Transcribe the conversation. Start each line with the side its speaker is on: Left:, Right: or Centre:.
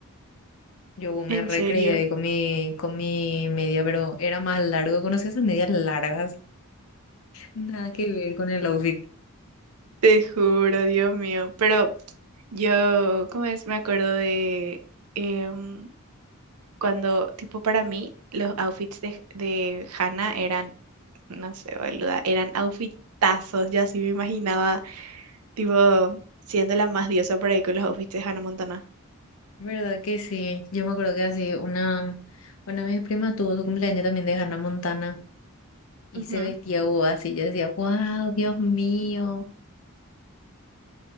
Left: Yo me
Right: En
Left: re
Right: serio,
Left: ahí con mi, con mi media, pero era más largo, ¿conoces esas medias largas? Nada que ver con el outfit.
Right: te juro, Dios mío. Pero yo, ¿cómo es? Me acuerdo de em, cuando, tipo, para mí, los outfits de, de Hannah eran, no sé, boluda, eran outfitazos. Yo así me imaginaba, tipo, siendo la más diosa por ahí con los outfits de Hannah Montana.
Left: ¿Verdad que sí? Yo me acuerdo que así una, una de mis primas tuvo su cumpleaños también de Hannah Montana y
Right: Ujú.
Left: se vestía o así. Yo decía, wow, Dios mío.